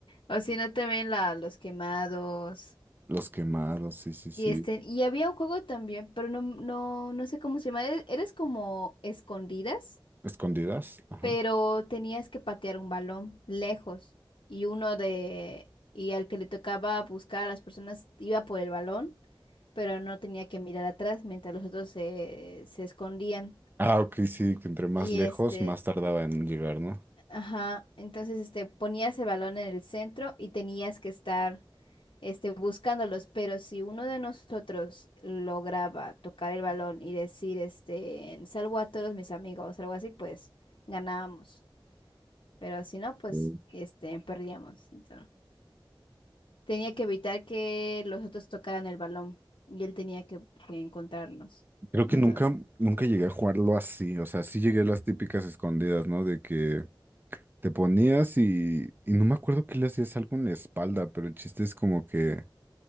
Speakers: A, on the left; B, on the right.
A: o si no también la, los quemados.
B: Los quemados, sí, sí, sí.
A: Y este, y había un juego también, pero no, no, no sé cómo se llama. e- Eres como escondidas,
B: escondidas. Ajá.
A: pero tenías que patear un balón lejos. Y uno de, y al que le tocaba buscar a las personas iba por el balón, pero no tenía que mirar atrás mientras los otros se, se escondían.
B: Ah, ok, sí, que entre más
A: Y
B: lejos,
A: este.
B: más tardaba en llegar, ¿no?
A: Ajá, entonces este, ponías el balón en el centro y tenías que estar este, buscándolos, pero si uno de nosotros lograba tocar el balón y decir, este, salvo a todos mis amigos, algo así, pues ganábamos, pero si no, pues
B: Mm.
A: este, perdíamos. Entonces, tenía que evitar que los otros tocaran el balón y él tenía que, que encontrarnos.
B: Creo
A: Entonces,
B: que nunca, nunca llegué a jugarlo así. O sea, sí llegué a las típicas escondidas, ¿no? De que te ponías y, y no me acuerdo que le hacías algo en la espalda, pero el chiste es como que